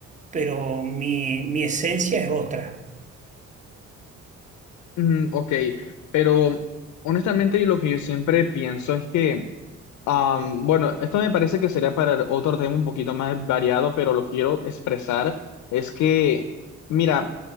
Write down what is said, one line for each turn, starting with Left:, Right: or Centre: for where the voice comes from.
Right: pero mi, mi esencia es otra.
Left: Mm, ok, pero honestamente yo lo que yo siempre pienso es que... Am, bueno, esto me parece que sería para otro tema un poquito más variado, pero lo quiero expresar. Es que, mira,